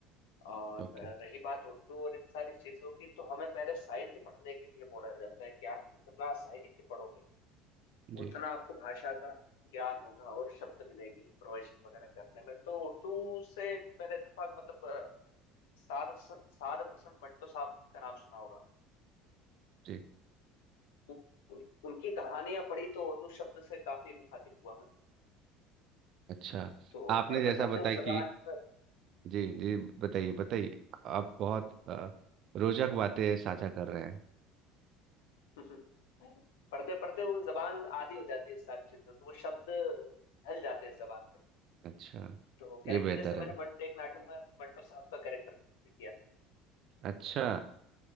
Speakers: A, on the left; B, on the right.
A: और
B: ओके
A: अ, रही बात उर्दू और इन सारी चीजों की तो हमें पहले साहित्य पढ़ने के लिए बोला जाता है कि आप जितना साहित्य पढ़ोगे
B: जी
A: उतना आपको भाषा का ज्ञान होगा और शब्द मिलेंगे इम्प्रोवाइजेशन वगैरह करने में तो उर्दू से मेरा इत्तेफाक मतलब साद सादत हसन मंटो साहब का नाम सुना होगा
B: जी
A: उन, उन- उनकी कहानियां पढ़ी तो उर्दू शब्द से काफी मुखातिब हुआ मैं
B: अच्छा
A: तो
B: आपने
A: पढ़ते
B: जैसा
A: पढ़ते
B: बताया
A: वो
B: कि
A: जबान
B: जी जी बताइए बताइए आप बहुत अ, रोचक बातें साझा कर रहे हैं
A: <laughs> पढ़ते पढ़ते वो जबान आदी हो जाती है उस सारी चीजों तो वो शब्द ढल जाते हैं जबान पे
B: अच्छा
A: तो कैरेक्टर
B: ये बेहतर
A: जैसे मैंने
B: है
A: मन, एक नाटक में मंटो साहब का कैरेक्टर भी किया था
B: अच्छा